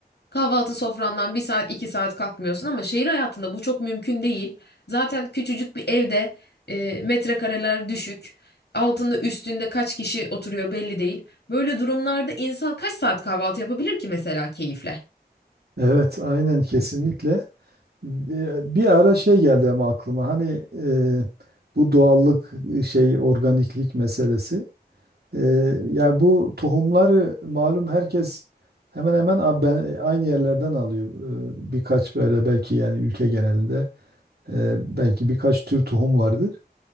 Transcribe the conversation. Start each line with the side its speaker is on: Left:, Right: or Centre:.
Left: Kahvaltı sofrandan bir saat iki saat kalkmıyorsun ama şehir hayatında bu çok mümkün değil. Zaten küçücük bir evde e, metrekareler düşük. Altında üstünde kaç kişi oturuyor belli değil. Böyle durumlarda insan kaç saat kahvaltı yapabilir ki mesela keyifle?
Right: Evet aynen kesinlikle. Bir, bir ara şey geldi ama aklıma hani e, bu doğallık şey organiklik meselesi. E, yani bu tohumları malum herkes hemen hemen a- ben- aynı yerlerden alıyor. E, birkaç böyle belki yani ülke genelinde e, belki birkaç tür tohum vardır.